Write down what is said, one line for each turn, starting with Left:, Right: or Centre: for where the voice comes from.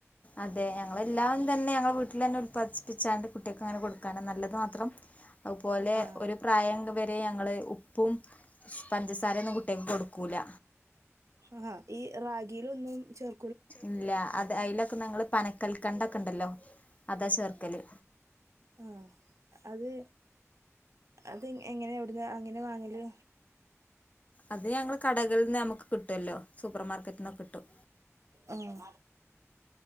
Left: അതെ ഞങ്ങളെല്ലാം തന്നെ ഞങ്ങ വീട്ടിൽ തന്നെ ഉല്പാദിപ്പിച്ചാണ്ട് കുട്ടികൾക്ക് അങ്ങനെ കൊടുക്കാണ് നല്ലത് മാത്രം അതുപോലെ
Right: ആ
Left: ഒരു പ്രായം അങ്ങ് വരും ഞങ്ങള് ഉപ്പും പഞ്ചസാര ഒന്നും കുട്ടിക കൊടുക്ക അല്ല
Right: ആഹാ ഈ റാഗിയിലൊന്നും ചേർ
Left: ഇല്ല അത് അയില് ങ്ങള്ൾ പനക്കൽക്കണ്ട ഒക്കെ ഉണ്ടല്ലോ അതാ ചേർക്കല്
Right: ആ അത് അത് എങ്ങനെ എവിടുന്ന് അങ്ങനെ വാങ്ങല്
Left: അത് ഞങ്ങള്ൾ കട ഇൽ നിന്ന് നമുക്ക് കിട്ടല്ലോ സൂപ്പർ മാർക്കറ്റ നിന്ന് കിട്ടും
Right: ഉം